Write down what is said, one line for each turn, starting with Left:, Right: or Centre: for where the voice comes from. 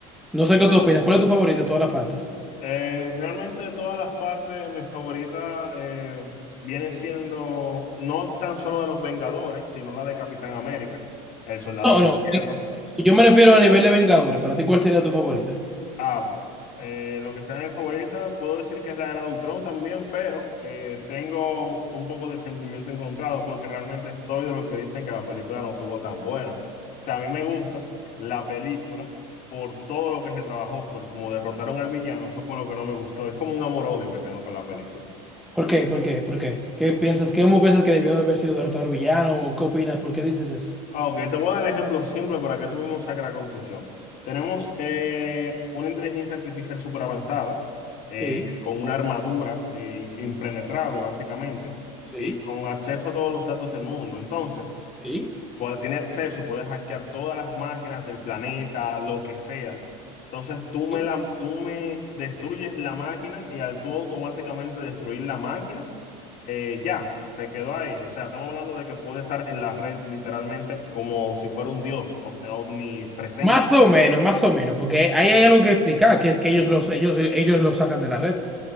Centre: No sé qué tú opinas. ¿Cuál es tu favorita de todas las partes?
Left: eh, realmente de todas las partes, mi favorita eh, viene siendo no tan solo de los Vengadores, sino la de Capitán América, el Soldado
Centre: No,
Left: del
Centre: no.
Left: Invierno.
Centre: Si, si yo me refiero a nivel de Vengadores, ¿para ti cuál sería tu favorita?
Left: Ah, bueno. Eh, lo que sea mi favorita, puedo decir que es la era de Ultron también, pero eh, tengo un poco de sentimiento encontrado porque realmente soy de los que dicen que la película no estuvo tan buena. O sea, a mí me gusta la película por todo lo que se trabajó, por como derrotaron al villano, eso fue lo que no me gustó. Es como un amor-odio que tengo con la película.
Centre: ¿Por qué? ¿Por qué? ¿Por qué? ¿Qué piensas? ¿Qué cómo piensas que debió de haber sido derrotado al villano? ¿O qué opinas? ¿Por qué dices eso?
Left: Ok, te voy a dar el ejemplo simple para que tú mismo saques la conclusión. Tenemos eh, una inteligencia artificial súper avanzada, eh,
Centre: Sí,
Left: con una armadura eh, impenetrable básicamente,
Centre: sí,
Left: y con acceso a todos los datos del mundo. Entonces,
Centre: sí,
Left: cual- tiene acceso y puedes hackear todas las máquinas del planeta, lo que sea. Entonces, tú me,
Centre: sí.
Left: la, tú me destruyes la máquina y al tú automáticamente destruir la máquina, eh, ya, se quedó ahí. O sea, estamos hablando de que puede estar en la red literalmente como si fuera un dios omni- omnipresente.
Centre: Más o menos, más o menos, porque ahí hay algo que explicar, que es que ellos los, ellos, ellos los sacan de la red.